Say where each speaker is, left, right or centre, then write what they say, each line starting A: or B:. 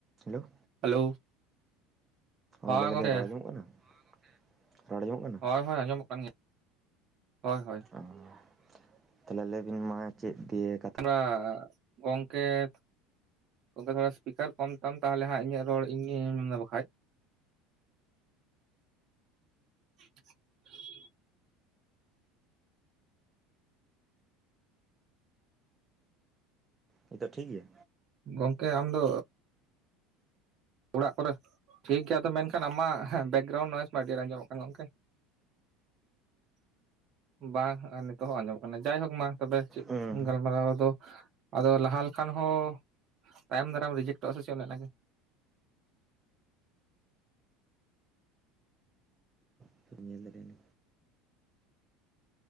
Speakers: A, on the right; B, on the right.
A: Hello,
B: hello,
A: ᱦᱚᱭ
B: ᱦᱳᱭ
A: ᱞᱟᱹᱭ ᱫᱟᱞᱤᱧ
B: ᱜᱚᱝᱠᱮ
A: ᱨᱚᱲ ᱟᱸᱚᱢᱚᱜ ᱠᱟᱱᱟ? ᱦᱚᱭ ᱜᱚᱝᱠᱮ, ᱨᱚᱲ ᱟᱸᱡᱚᱢᱚᱜ ᱠᱟᱱᱟ᱾
B: ᱦᱳᱭ ᱦᱳᱭ ᱟᱸᱡᱚᱢᱚᱜ ᱠᱟᱱ ᱜᱮᱭᱟ, ᱦᱳᱭ ᱦᱳᱭ᱾
A: ᱚ ᱦᱚ ᱛᱟᱦᱚᱞᱮ ᱞᱟᱹᱭ ᱵᱤᱱ ᱢᱟ? ᱪᱮᱫ ᱛᱤᱭᱮᱜ
B: ᱚᱱᱟ ᱜᱚᱝᱠᱮᱛ ᱜᱚᱝᱠᱮ ᱛᱷᱚᱲᱟ ᱥᱯᱤᱠᱟᱨ ᱠᱚᱢ ᱛᱟᱢ ᱜᱚᱝᱠᱮ ᱛᱷᱚᱲᱟ ᱥᱤᱯᱤᱠᱟᱨ ᱠᱚᱢ ᱛᱟᱢ ᱛᱟᱦᱚᱞᱮ ᱦᱟᱸᱜ ᱤᱧᱟᱹᱜ ᱨᱚᱲ ᱤᱧ ᱟᱸᱡᱚᱢᱫᱟ ᱵᱟᱠᱷᱟᱭ <inaudible>
A: ᱱᱤᱛᱚᱜ ᱴᱷᱤᱠ ᱜᱮᱭᱟ?
B: ᱜᱚᱝᱠᱮ ᱟᱢᱫᱚ, ᱚᱲᱟᱜ ᱠᱚᱨᱮ ᱴᱷᱤᱠ ᱜᱮᱭᱟ ᱟᱫᱚ ᱢᱮᱱᱠᱷᱟᱱ ᱟᱢᱟᱜ ᱵᱮᱠᱜᱨᱟᱣᱩᱱᱰ ᱱᱚᱭᱮᱥ ᱢᱟ ᱟᱹᱰᱤ ᱟᱸᱡᱚᱢᱚᱜ ᱠᱟᱱ ᱜᱚᱝᱠᱮ᱾ <inaudible> ᱵᱟᱝ ᱱᱤᱛᱚᱜ ᱦᱚᱸ ᱟᱸᱡᱚᱢᱚᱜ ᱠᱟᱱᱟ ᱡᱟᱭᱦᱳᱠ ᱢᱟ ᱛᱚᱵᱮ ᱪᱮᱫ
A: ᱦᱩᱸ
B: ᱠᱚ ᱜᱟᱞᱢᱟᱨᱟᱣ ᱫᱚ, ᱟᱫᱚ ᱞᱟᱦᱟ ᱞᱮᱠᱷᱟᱱ ᱦᱚᱸ ᱛᱟᱭᱚᱢ ᱫᱟᱨᱟᱢ ᱨᱤᱡᱮᱠᱴᱚᱜᱼᱟ ᱥᱮ ᱪᱮᱫ ᱚᱱᱮ ᱚᱱᱟ ᱜᱮ᱾
A: ᱧᱤᱛᱚᱜ ᱧᱮᱞ ᱞᱮᱜᱟᱭ ᱢᱮ?